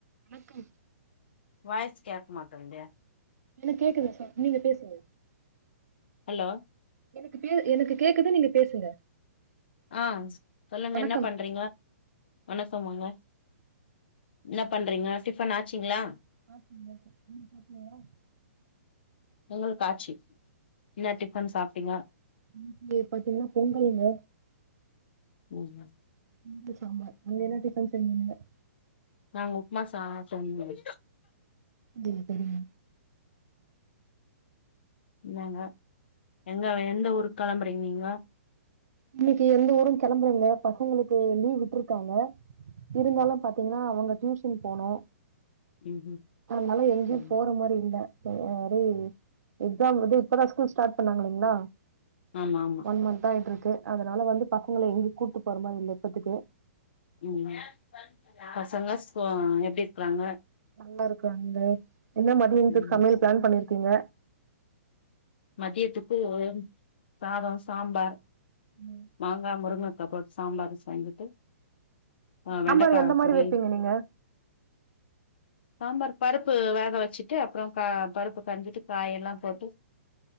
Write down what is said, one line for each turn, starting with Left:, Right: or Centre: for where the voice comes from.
Right: வணக்கம்
Left: வாய்ஸ் கேக்க மாட்டேன்து
Right: இல்ல கேக்குதுங்க சார் நீங்க பேசுங்க
Left: ஹலோ
Right: எனக்கு கே எனக்கு கேக்குதே நீங்க பேசுங்க
Left: ஆ சொல்லுங்க
Right: வணக்கம்
Left: என்ன பண்றீங்க வணக்கம் வாங்க என்ன பண்றீங்க டிஃபன் ஆச்சுங்களா
Right: ஆ <unintelligible> நீங்க சாப்டீங்களா
Left: எங்களுக்கு ஆச்சு என்னா டிஃபன் சாப்டீங்கா
Right: இன்னைக்கி பாத்தீங்கனா பொங்கல்ங்க
Left: ம் ம்
Right: பொங்கல் சாம்பார் அது என்ன டிஃபன் செஞ்சீங்க
Left: நாங்க உப்புமா சாப்டோ தோழி
Right: <unintelligible> ரிங்க
Left: இந்தாங்க எங்க எந்த ஊருக்கு கெளம்புறீங்க நீங்கோ
Right: இன்னைக்கு எந்த ஊரும் கெளம்பலங்க பசங்களுக்கு லீவ் விட்டுருக்காங்க இருந்தாலு பாத்தீங்கன்னா அவுங்க டியூஷன் போனு
Left: ம் ம்
Right: அதனால எங்கேயு
Left: ம்
Right: போற மாரி இல்ல செரி எக்ஸாம் வந்து இப்பதா ஸ்கூல் ஸ்டார்ட் பண்ணாங்களே என்னா
Left: ஆமாமா
Right: ஒன் மன்த்தா ஆயிட்டு இருக்கு அதுனால வந்து பசங்கள எங்கியு கூட்டு போற மாரி இல்ல இப்பத்துக்கு
Left: ம் பசங்க ஸ் எப்டி இருக்குறாங்க
Right: நல்லாருக்காங்க என்னா மதியானத்துக்கு
Left: ம்
Right: சமையல் ப்ளான் பண்ணிருக்கீங்க
Left: மதியத்துக்கு சாதொ சாம்பார்
Right: ம்
Left: மாங்கா முருங்கக்கா போட்டு சாம்பார் செய்துட்டு ஆ வெண்டக்கா
Right: சாம்பார் எந்த மாரி
Left: பொரியல்
Right: வைப்பீங்க நீங்க
Left: சாம்பார் பருப்பு வேக வச்சுட்டு அப்றோ கா பருப்பு கடஞ்சுட்டு காயெல்லா போட்டு